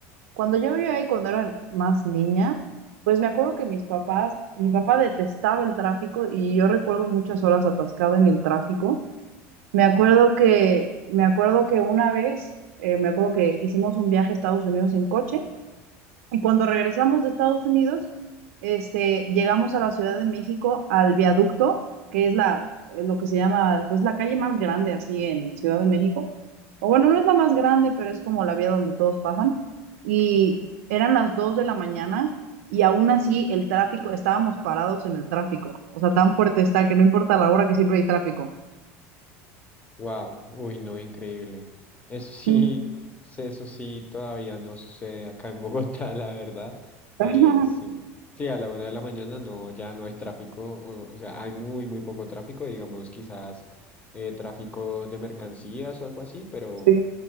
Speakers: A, on the right; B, on the left.
A: Cuando yo vivía ahí, cuando era más niña, pues me acuerdo que mis papás, mi papá detestaba el tráfico y yo recuerdo muchas horas atascada en el tráfico. Me acuerdo que, me acuerdo que una vez, eh, me acuerdo que hicimos un viaje a Estados Unidos en coche y cuando regresamos de Estados Unidos, este, llegamos a la Ciudad de México, al viaducto, que es la, lo que se llama, pues la calle más grande así en Ciudad de México. O bueno, no es la más grande, pero es como la vía donde todos pasan. Y eran las 2 de la mañana y aún así el tráfico, estábamos parados en el tráfico. O sea, tan fuerte está que no importa la hora que siempre hay tráfico.
B: wow, uy, no, increíble. Eso sí,
A: Mm.
B: <laughs> se- eso sí todavía no sucede acá en <laughs> Bogotá, la verdad. Eh,
A: <laughs>
B: sí. Sí, a la una de la mañana no, ya no hay tráfico, o, o sea, hay muy, muy poco tráfico, digamos, quizás eh, tráfico de mercancías o algo así, pero
A: Sí,